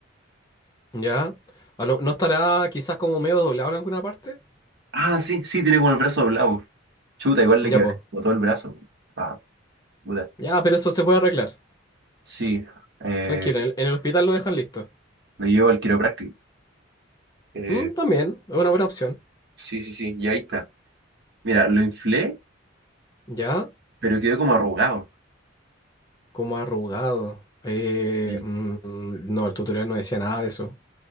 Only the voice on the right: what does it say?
Ah, sí, sí, tiene como el brazo doblado. Chuta, igual le
quebré
como todo el brazo. Ah, puta.
Sí, eh,
lo llevo al quiropráctico. Eh,
sí, sí, sí, y ahí está. Mira, lo inflé,
pero quedó como arrugado.
Y